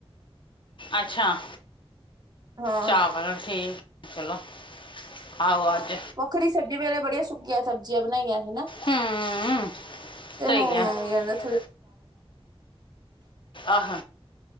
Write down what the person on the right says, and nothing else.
ਹਾਂ
ਵੱਖਰੀ ਸਬਜ਼ੀ ਵੇਲੇ ਬੜੀਆਂ ਸੁੱਕੀਆਂ ਸਬਜ਼ੀਆਂ ਬਣਾਈਆਂ ਸੀ ਨਾ
ਤੇ
ਹੁਣ
ਮੰਮੀ
ਕੈਂਦੇ